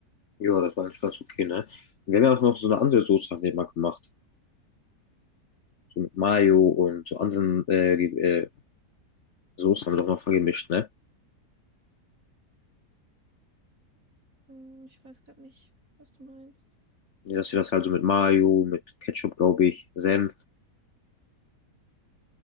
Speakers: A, on the left; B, on the right.
A: Ja, das war eigentlich ganz okay, ne? Wir haben ja auch noch so eine andere Soße haben wir mal gemacht. So mit Mayo und so anderen äh, die, äh, Soßen haben wir doch noch vergemischt, ne?
B: Hm, ich weiß gerade nicht, was du meinst.
A: Ja, dass wir das halt so mit Mayo, mit Ketchup, glaube ich, Senf.